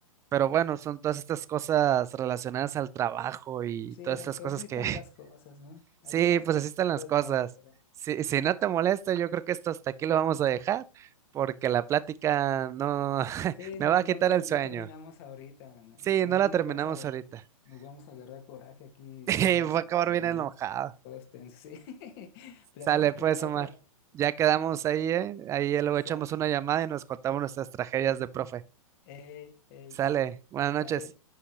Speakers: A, on the right (about 15°); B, on the left (about 45°).
A: pero bueno, son todas estas cosas relacionadas al trabajo y
B: Sí,
A: todas estas
B: pues
A: cosas
B: así están
A: que, <laughs>
B: las cosas, ¿no? Así
A: sí,
B: están las
A: pues
B: cosas
A: así están
B: en todo
A: las
B: el
A: cosas.
B: país, pero...
A: Si, si no te molesta, yo creo que esto hasta aquí lo vamos a dejar, porque la plática no <laughs>
B: Sí,
A: me
B: no,
A: va
B: no,
A: a quitar
B: ter-
A: el sueño.
B: no terminamos ahorita, no,
A: Sí,
B: nada
A: no
B: más
A: la terminamos
B: nos vamos a,
A: ahorita. <laughs>
B: nos vamos a agarrar coraje aquí,
A: Y
B: nos vamos
A: voy a
B: a
A: acabar
B: dormir,
A: bien enojado.
B: todos tensos, sí. <laughs> La
A: Sale,
B: dejamos
A: pues,
B: para la
A: Omar.
B: otra,
A: Ya quedamos ahí, ¿eh? Ahí
B: ahí
A: luego
B: está,
A: echamos una llamada y nos contamos nuestras tragedias de profe.
B: ey, ey,
A: Sale, buenas noches.
B: sale.